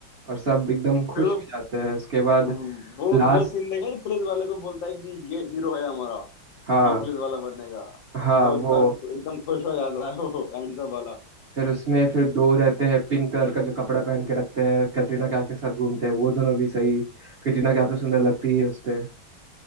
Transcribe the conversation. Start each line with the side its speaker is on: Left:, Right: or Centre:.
Right: और सब एकदम खुश
Left: फिर वो
Right: हो जाते हैं उसके बाद
Left: वो
Right: लास्ट
Left: वो सीन देखा जो पुलिस वाले को बोलता है कि ये हीरो है हमारा
Right: हाँ
Left: ये पुलिस वाला बनेगा
Right: हाँ
Left: वो इतना
Right: वो
Left: एकदम खुश हो जाता है वो एंड सब वाला
Right: फिर उसमें फिर दो रहते हैं पिंक कलर का जो कपड़ा पहन के रखते हैं कटरीना कैफ के साथ घूमते हैं वो दोनों भी सही कटरीना कैफ तो सुंदर लगती है उस पे